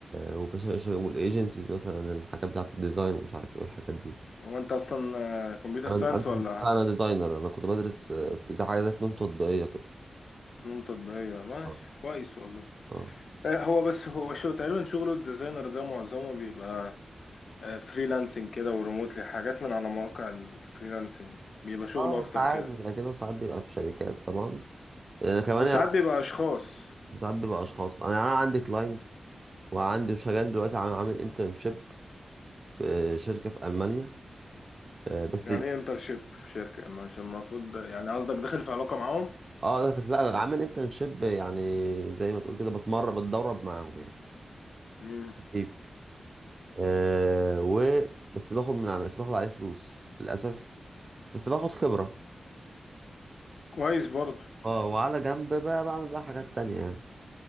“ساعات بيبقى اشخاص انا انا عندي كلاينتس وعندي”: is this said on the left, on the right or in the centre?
Right